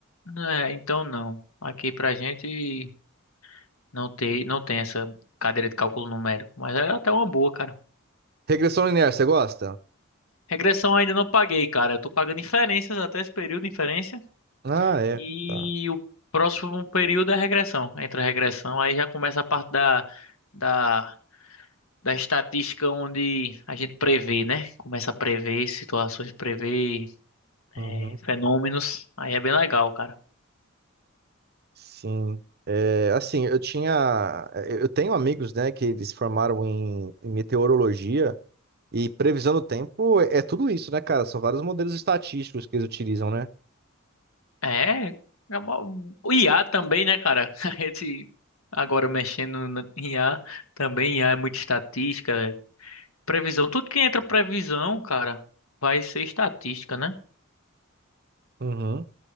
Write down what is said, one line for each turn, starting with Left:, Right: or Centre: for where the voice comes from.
Left: É, então não. Aqui pra gente não tem, não tem essa cadeira de cálculo numérico. Mas é até uma boa, cara.
Right: Regressão linear, você gosta?
Left: Regressão ainda não paguei, cara. Eu tô pagando inferências até esse período, inferência.
Right: Ah, é.
Left: E
Right: Tá.
Left: o próximo período é a regressão. Entra a regressão, aí já começa a parte da, da, da estatística onde a gente prevê, né? Começa a prever situações, prever é,
Right: Uhum.
Left: fenômenos. Aí é bem legal, cara.
Right: Sim. É, assim, eu tinha. é, Eu tenho amigos, né, que eles formaram em, em meteorologia e previsão do tempo é, é tudo isso, né, cara? São vários modelos estatísticos que eles utilizam, né?
Left: É, é uma- o IA também, né, cara? <laughs> A gente agora mexendo no IA também, IA é muito estatística, é previsão. Tudo que entra previsão, cara, vai ser estatística, né?
Right: Uhum.